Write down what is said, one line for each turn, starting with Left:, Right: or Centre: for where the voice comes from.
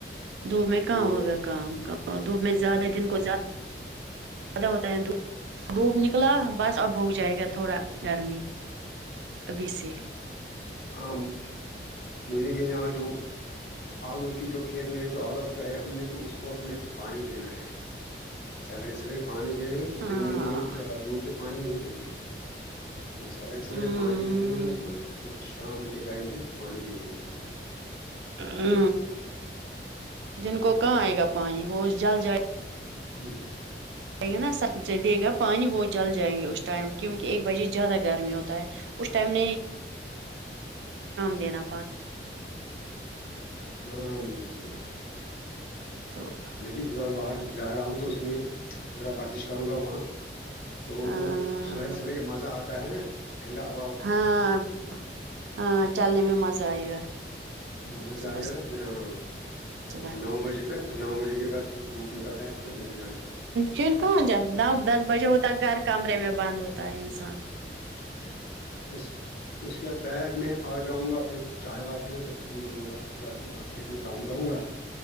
Right: دھوپ میں کہاں
Left: تو
Right: ہوگا کام کا دھوپ میں زیادہ دن
Left: ہاں
Right: کو زدہ ج زدا ہوتا ہے د دھوپ نکلا بس اب ہوگ جائے گا تھوڑا گرمی ا بی سی
Left: آمد <unintelligible> مجھے کہ یہاں جو آلو کی جو کھیت میں ہے جو آلو گئے ہم نے تو اس کو ہمیں پانی دینا ہے سگیرے سگیرے پانی دینے ہیں کہ
Right: ہاں
Left: دن میں نہیں دوپ پہ پانی نہیں دیتے تو سویرے سویرے
Right: ہمم
Left: پانی دیتے ہیں ان کو یہ اور شام کے ٹائم پھر پانی دیتے ہیں ان کو
Right: ہ
Left: تو
Right: دن کو کہاں آئے گا پانی وہ جل جائے
Left: ھمم
Right: جیں گے نا س دے گا پانی وہ جل جائیں گے اس ٹائم کیونکہ ایک بجے زیادہ گرمی ہوتا ہے ام دینا
Left: ہاں بالکل صحیح
Right: <unintelligible>
Left: میں بھی فی الحال باہر جا رہا ہوں تو اس میں تھوڑا ورزش کروں گا وہاں تو وہ
Right: ہاں
Left: شہر سیے مزہ آتا ہے نا ٹھنڈا ہو
Right: ہاں ہاں چلنے میں مزہ آئے گا
Left: مزہ
Right: صبح
Left: آ جانا پھر ہاں
Right: صبح
Left: نو بجے تک پھر نو بجے کے بعد تھ دھوپ نکل رہا ہے پھر نہیں جانے
Right: چن کون جب دس بجے ہوتا ہے گھر کمرے میں بند ہوتا ہے انسان
Left: اس اس کے بعد میں آ جاؤں گا پھر چائے وا پیوںں گا تو پھر نکلوں گا تھوڑا کھیت میں کام کروں گا